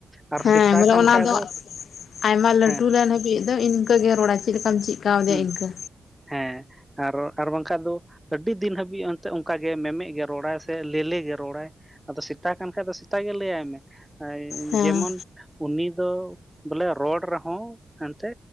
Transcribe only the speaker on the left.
ᱦᱮᱸ ᱵᱚᱞᱮ
ᱚᱱᱟ
ᱫᱚ ᱟᱭᱢᱟ ᱞᱟᱹᱴᱩ
ᱞᱮᱱ ᱦᱟᱹᱵᱤᱡ ᱫᱚ ᱤᱱᱠᱟᱹᱜ ᱜᱮ ᱨᱚᱲᱟᱭ ᱪᱤᱜ ᱞᱮᱠᱟᱢ ᱪᱮᱫ ᱠᱟᱣᱫᱮᱭᱟ
ᱤᱱᱠᱟᱹ
ᱦᱮᱸ